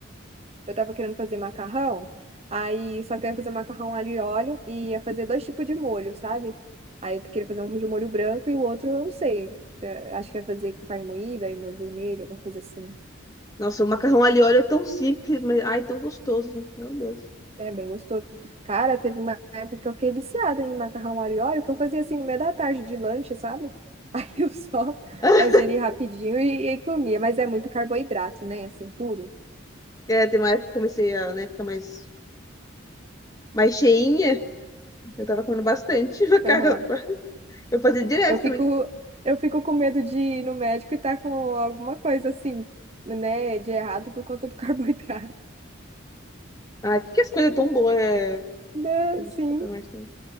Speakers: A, on the right (about 30°); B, on the left (about 20°).
A: Eu tava querendo fazer macarrão, aí só que eu ia fazer macarrão alho e óleo e ia fazer dois tipos de molho, sabe? Aí eu queria fazer um de molho branco e o outro, eu não sei. é, Acho que ia fazer com carne moída e molho vermelho, alguma coisa assim.
B: Nossa, o macarrão ali óleo é tão simples, mas ai, tão gostoso, gente. Meu Deus.
A: É bem gostoso. Cara, teve uma época que eu fiquei viciada em macarrão alho e óleo, que eu fazia assim no meio da tarde de lanche, sabe? <laughs> Aí eu só <laughs>
B: <laughs>
A: fazia ele rapidinho e, e comia. Mas é muito carboidrato, né? Assim, puro.
B: É, tem uma época que comecei a, né, ficar mais mais cheinha, Eu tava comendo bastante <laughs> macarrão.
A: Aham.
B: Eu fazia direto
A: Eu fico,
B: também.
A: eu fico com medo de ir no médico e tá com alguma coisa assim, né, de errado por conta do <laughs> carboidrato.
B: Ah, por que as coisas tão boas é...
A: Não,
B: pode
A: sim.
B: ser problemática, né?